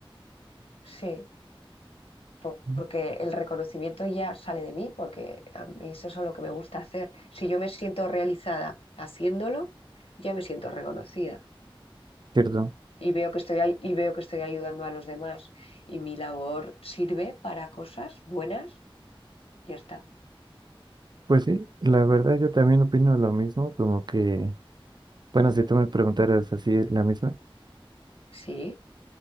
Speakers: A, on the left; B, on the right.
A: Sí, po-
B: Ujú.
A: porque el reconocimiento ya sale de mí, porque a mí es eso lo que me gusta hacer. Si yo me siento realizada haciéndolo, ya me siento reconocida.
B: Cierto.
A: y veo que estoy, ay- y veo que estoy ayudando a los demás y mi labor sirve para cosas buenas, ya está.
B: Pues sí, la verdad yo también opino lo mismo, como que, bueno, si tú me preguntaras así la misma,
A: Sí,